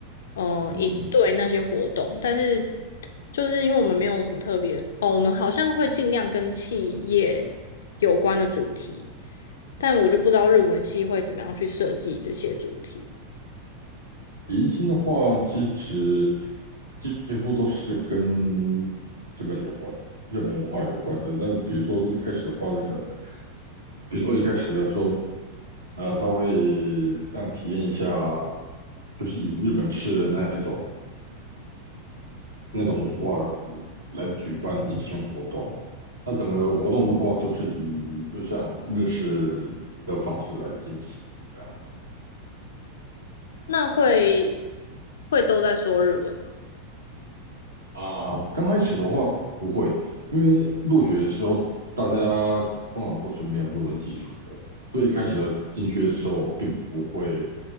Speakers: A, on the left; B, on the right.
A: 嗯、
B: 嗯，
A: 呃、营队那些活动，但是就是因为我们没有什么特别哦，我们好像会尽量跟企业有关的主题，但我就不知道日文系会怎么样去设计这些主题。
B: 迎新的话，其实几乎都是跟日本有关、日本文化有关的。那比如说一开始的话，那个，比如说一开始的时候，呃，他会让你体验一下，就是以日本式的那一种那种文化来来举办迎新活动。那整个活动的话，都是以就像日式的方式来进行。这样。
A: 那会会都在说日文吗？
B: 啊，刚开始的话不会，因为入学的时候大家通常都是没有日文基础的，所以一开始的进去的时候并不会